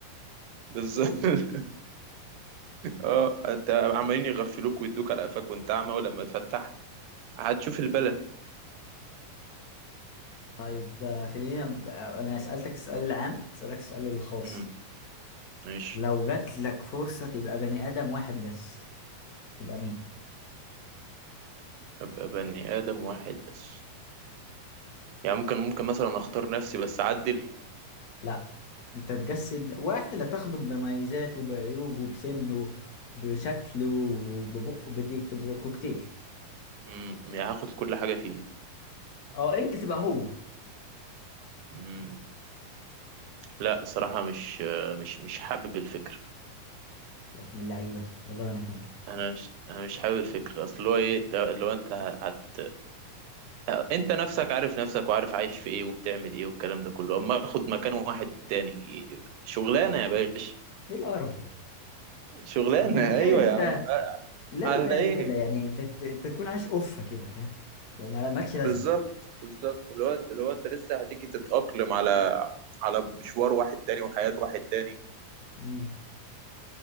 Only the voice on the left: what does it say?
طيب آه، خلينا ب... آه، انا سألتك السؤال العام هسألك السؤال الخاص
لو جات لك فرصة تبقى بني آدم واحد بس تبقى مين؟
لا انت تجسد واحد هتاخده بمميزاته بعيوبه بسنه بشكله ببقه بديك بكوكتيل
اه انت تبقى هو
يا ابن اللعيبة والله انا كمان
ايه القرف ده؟
يعني تخيل
انت
لا
لا
لا لا يعني انت ت- تكون عايش اوفة كده فاهم؟ لو ما مالكش لازمة
مم.